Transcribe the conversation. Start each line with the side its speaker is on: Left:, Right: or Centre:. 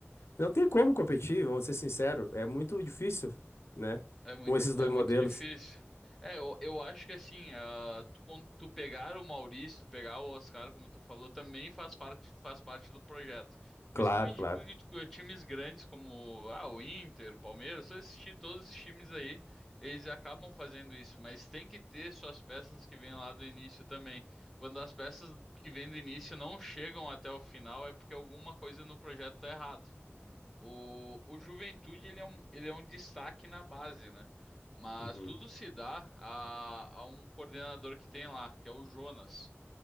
Left: não tem como competir, vamos ser sinceros, é muito difícil, né?
Centre: É muito,
Left: Com esses dois
Centre: é muito
Left: modelos.
Centre: difícil. É, eu, eu acho que assim, ah, tu, quando tu pegar o Maurício, tu pegar o Oscar, como tu falou, também faz parte, faz parte do projeto.
Left: Claro,
Centre: Principalmente
Left: claro.
Centre: de cli- de times grandes como ah, o Inter, o Palmeiras, só assistir todos esses times aí, eles acabam fazendo isso, mas tem que ter suas peças que vêm lá do início também. Quando as peças que vêm do início não chegam até o final, é porque alguma coisa no projeto tá errado. O, o Juventude ele é um, ele é um destaque na base, né? Mas
Left: Uhum.
Centre: tudo se dá a, a um coordenador que tem lá, que é o Jonas.